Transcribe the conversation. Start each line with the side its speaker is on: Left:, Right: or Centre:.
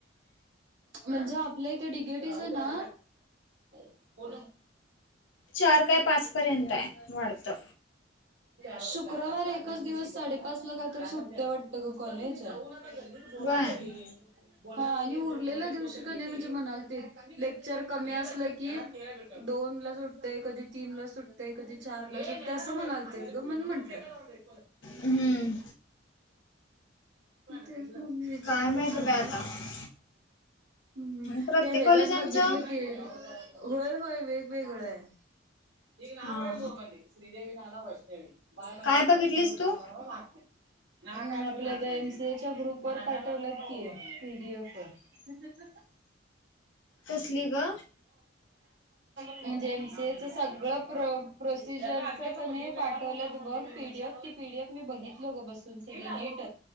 Right: म्हणजे आपल्या इथे डिगेटीच ना. हा
Left: चार काय पाच पर्यंत आहे वाढतं
Right: शुक्रवार एकच दिवस साडेपाच ला काहीतरी सुटतय वाटत ग. कॉलेज मी जाऊ नका घरी नीट बोला
Left: पण
Right: तरी. हा आणि उरलेला दिवशी का नाही म्हणजे म्हणाल ते. लेक्चर कमी असलं की दोन ला सुटतय कधी तीन ला सुट कधी चारला सुटतं असं म्हणालतेत ग मण म्हंटलं.
Left: हम्म
Right: तेच. मग मी विचारायचं
Left: काय माहिती
Right: होत.
Left: बाई आता
Right: हम्म
Left: प्रत्येक
Right: त्या ह्यजात
Left: कॉलेजांचं
Right: बघितलं की होय होय वेगवेगळ आहे. <unintelligible>
Left: हा काय बघितलीस तू
Right: नाही नाही आपल्या त्या एमसीएच्या ग्रुप वर पाठवलं की पिडीएफ वर. <unintelligible>
Left: कसली ग
Right: म्हणजे एमसी एच सगळं प्र प्रोसिजर च किनई पाठवलंत बघ पीडीएफ ती पीडीएफ मी बघितलो ग बसून सगळ नीट.